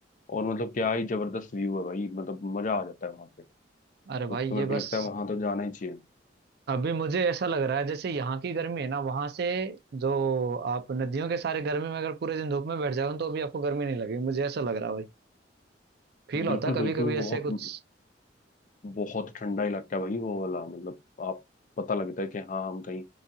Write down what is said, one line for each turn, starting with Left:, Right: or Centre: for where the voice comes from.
Left: और मतलब क्या ही जबरदस्त व्यू है भाई मतलब मजा आ जाता है वहां पे तो,
Right: अरे भाई
Left: तो मेरे
Right: ये
Left: को
Right: बस
Left: लगता है वहां तो जाना ही चाहिए
Right: अभी मुझे ऐसा लग रहा है जैसे यहाँ की गर्मी है ना वहां से जो आप नदियों के सारे गर्मी में अगर पूरे दिन धूप में बैठ जाओ तो अभी आपको गर्मी नहीं लगेगी मुझे ऐसा लग रहा है फील होता
Left: बिल्कुल
Right: कभी
Left: बिल्कुल
Right: कभी ऐसे
Left: बहुत
Right: कुछ
Left: बहुत ठंडा इलाका है भाई वो वाला मतलब आप पता लगता है कि हाँ हम कहीं